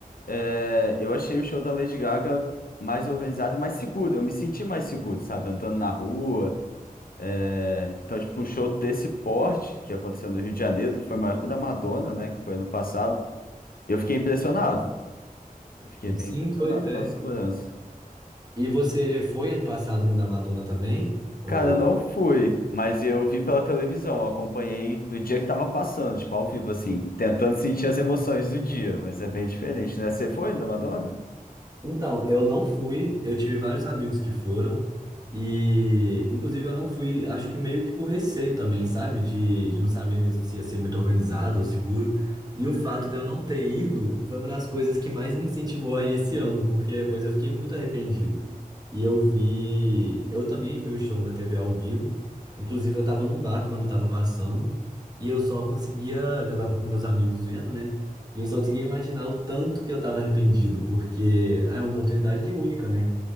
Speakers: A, on the left (about 75°); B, on the right (about 25°).
A: é, eu achei o show da Lady Gaga mais organizado e mais seguro. Eu me senti mais seguro, sabe, andando na rua. é, Então, tipo, um show desse porte que aconteceu no Rio de Janeiro, que foi maior que o da Madonna, né, que foi ano passado. Eu fiquei impressionado. Eu fiquei bem
B: Sim,
A: impressionado
B: pois é.
A: com a segurança.
B: E você foi ano passado no da Madonna também? Ou...
A: Cara, eu não fui, mas eu vi pela televisão, acompanhei no dia que tava passando, tipo, ao vivo, assim, tentando sentir as emoções do dia, mas é bem diferente, né? Você foi da Madonna?
B: Então, eu não fui, eu tive vários amigos que foram, e inclusive eu não fui, acho que meio que por receio também, sabe? De, de não saber mesmo se ia ser muito organizado ou seguro. E o fato de eu não ter ido foi uma das coisas que mais me incentivou a ir esse ano, porque depois eu fiquei muito arrependido. E eu vi, eu também vi o show na TV ao vivo, inclusive eu tava num bar quando tava passando, e eu só conseguia, que eu tava com meus amigos vendo, né? E eu só conseguia imaginar o tanto que eu tava arrependido, porque é uma oportunidade única, né?